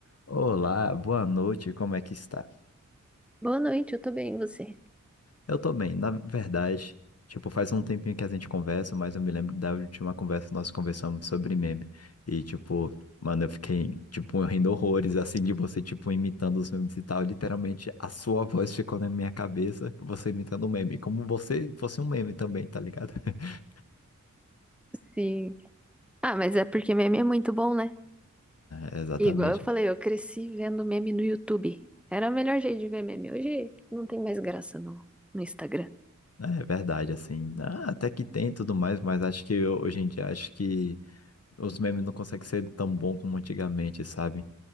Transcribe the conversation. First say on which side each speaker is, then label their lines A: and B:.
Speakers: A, on the left; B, in the centre.
A: Olá, boa noite, como é que está?
B: Boa noite, eu tô bem, e você?
A: Eu tô bem, na verdade, tipo, faz um tempinho que a gente conversa, mas eu me lembro da última conversa que nós conversamos sobre meme. E, tipo, mano, eu fiquei, tipo, rindo horrores, assim, de você, tipo, imitando os memes e tal. Literalmente, a sua voz ficou na minha cabeça, você imitando um meme, como você fosse um meme também, tá ligado? <laughs>
B: Sim. Ah, mas é porque meme é muito bom, né?
A: É, exatamente.
B: Igual eu falei, eu cresci vendo meme no YouTube. Era o melhor jeito de ver meme. Hoje não tem mais graça no, no Instagram.
A: É verdade, assim, ah, até que tem e tudo mais, mas acho que eu- hoje em dia, acho que os memes não conseguem ser tão bom como antigamente, sabe?